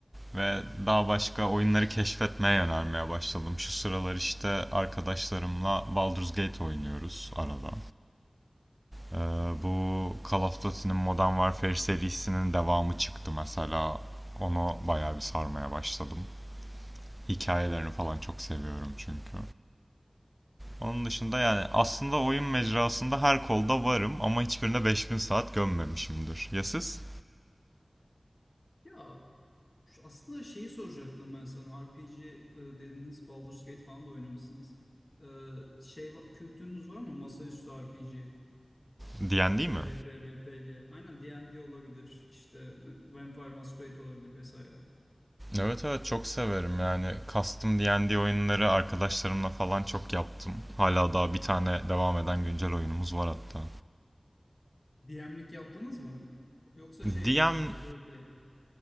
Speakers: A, on the right (about 15°); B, on the left (about 40°).
A: Ve daha başka oyunları keşfetmeye yönelmeye başladım. Şu sıralar işte arkadaşlarımla Baldur's Gate oynuyoruz arada. Ee, bu Call of Duty'nin Modern Warfare serisinin devamı çıktı mesela. Onu bayağı bir sarmaya başladım. Hikayelerini falan çok seviyorum çünkü. Onun dışında yani aslında oyun mecrasında her kolda varım ama hiçbirine 5000 saat gömmemişimdir. Ya siz?
B: Ya şu- aslında şeyi soracaktım ben sana. RPG e, dediniz. Baldur's Gate falan da oynamışsınız. Ee, şey va- kültürünüz var mı? Masaüstü RPG,
A: <laughs> Diyen değil
B: FRP,
A: mi?
B: RPG. Aynen D&D olabilir. İşte Vampire Masquerade olabilir vesaire.
A: Evet evet çok severim yani custom D&D oyunları arkadaşlarımla falan çok yaptım. Hala daha bir tane devam eden güncel oyunumuz var hatta.
B: DM'lik yaptınız mı? Yoksa şey
A: DM
B: mi direkt hani roleplay?